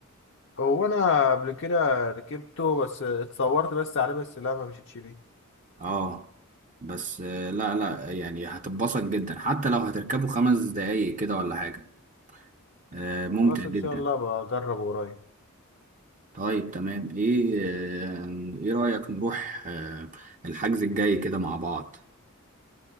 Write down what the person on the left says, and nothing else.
هو أنا قبل كده ركبته بس اتصورت بس عليه بس لا ما مشيتش بيه
خلاص
إن شاء الله بجربه قريب